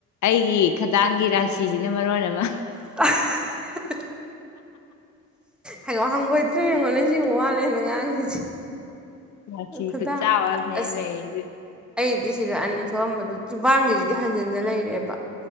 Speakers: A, on the left; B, in the centre.
A: ꯑꯩꯒꯤ ꯈꯗꯥꯡꯒꯤ ꯔꯥꯁꯤꯁꯤꯅ ꯃꯔꯣꯟ ꯑꯃ
B: <unintelligible> ꯍꯩꯉꯣ ꯍꯪꯒꫭꯏꯇ꯭ꯔ ꯌꯡꯦꯉꯣꯅꯦ ꯁꯤꯕꯨ ꯋꯥꯂꯦꯅ ꯌꯥꯝꯒꯤꯁ
A: ꯔꯥꯁꯤ
B: ꯈꯨꯗꯥꯡ
A: ꯈꯨꯠꯆꯥꯎ ꯑꯃꯅꯦ
B: ꯑꯁ
A: ꯂꯩꯔꯤꯁꯦ
B: ꯑꯩꯗꯤ ꯁꯤꯗ ꯑꯅꯤ ꯊꯣꯛꯑꯝꯕꯗꯣ ꯆꯨꯕꯥꯟꯒꯤꯖꯤꯗꯤ ꯍꯟꯖꯤꯟꯗ ꯂꯩꯔꯦꯕ